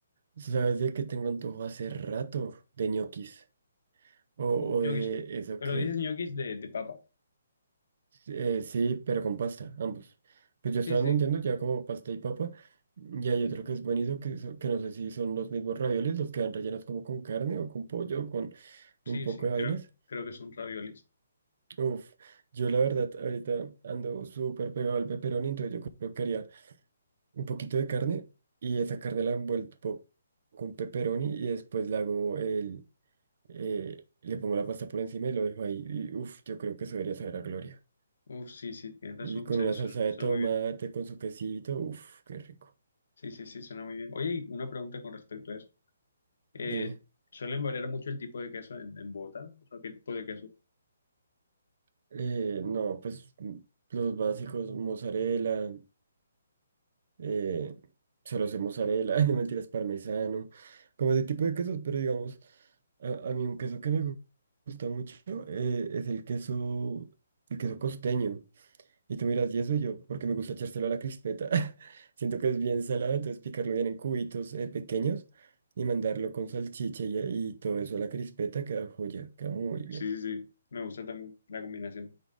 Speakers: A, on the right (about 45°); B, on the left (about 65°).
A: ¿Sabes de qué tengo antojo hace rato? De ñoquis, o, o
B: uf, ñoquis.
A: de eso
B: Pero
A: que,
B: dices ñoquis de, de papa.
A: eh, sí, pero con pasta, ambos. Pues yo
B: Sí,
A: estaba
B: sí,
A: entendiendo ya como pasta y papa, y hay otro que es buenísimo, que, so- que no sé si son los mismos raviolis, los que van rellenos como con carne o con pollo o con...
B: sí,
A: un poco
B: sí,
A: de
B: creo,
A: vainas.
B: creo que son raviolis.
A: Uf, yo la verdad ahorita ando súper pegado al pepperoni, entonces yo creo que haría un poquito de carne y esa carne la envuelvo con pepperoni y después le hago el, eh, le pongo la pasta por encima y lo dejo ahí. Y uf, yo creo que eso debería saber a gloria.
B: Uf, sí, sí, tienes razón,
A: Y con
B: se-
A: una
B: suena,
A: salsa de
B: suena
A: tomate,
B: muy bien.
A: con su quesito, uf, qué rico.
B: Sí, sí, sí, suena muy bien. Oye, y una pregunta con respecto a eso. Eh,
A: Dime.
B: ¿suelen variar mucho el tipo de queso en, en Bogotá? O sea, ¿qué tipo de queso?
A: Eh, no, pues mm, los básicos, mozzarella. eh, solo sé mozzarella, <laughs> no mentiras, parmesano, como ese tipo de quesos, pero digamos, a, a mí un queso que me gu- gusta mucho eh, es el queso, el queso costeño. Y tú miras, y eso y yo, porque me gusta echárselo a la crispeta. <laughs> Siento que es bien salado, entonces picarlo bien en cubitos eh, pequeños y mandarlo con salchicha y, y todo eso a la crispeta queda joya, queda muy bien.
B: Sí, sí, sí, me gusta también la combinación.